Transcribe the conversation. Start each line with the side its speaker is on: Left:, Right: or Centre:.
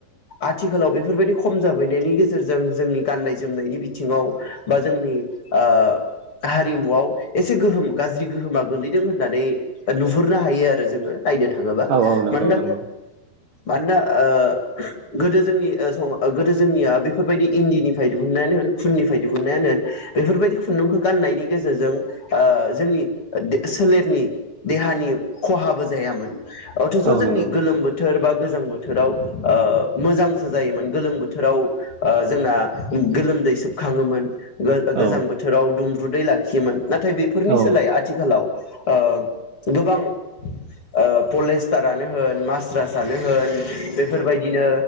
Left: आथिखालाव बेफोरबायदि खम जाबैनायनि गेजेरजों, जोंनि गाननाय जोमनायनि बिथिङाव बा जोंनि ओ हारिमुआव एसे गोहोम गाज्रि गोहोमा गोलैदों होननानै नुहुरनो हायो आरो जोङो। नायनो थाङोबा
Right: औ औ नंगौ
Left: मानोना
Right: नंगौ
Left: मानोना, ओ गोदो जोंनि गोदो जोंनिया बेफोरबायदि इन्दिनिफ्राय दिहुन्नायानो होन, खुननिफ्राय दिहुनायानो होन, बेफोरबायदि खुन्दुंखौ गान्नायनि गेजेरजों ओ जोंनि सोलेरनि देहानि खहाबो ज जायामोन। अथेस'
Right: औ
Left: जोंनि
Right: नंगौ
Left: गोलोम बोथोर बा गोजां बोथोराव ओ, मोजांसो जायोमोन गोलोम बोथोराव ओ जोंना गोलोमदै सोबखाङोमोन। गो
Right: औ
Left: गोजां बोथोराव दुं दुदै लाखियोमोन। नाथाय बेफोरनि
Right: औ
Left: सोलाय आथिखालाव ओ गोबां ओ पलेस्टारानो होन, मास्रासानो होन, बेफोरबायदिनो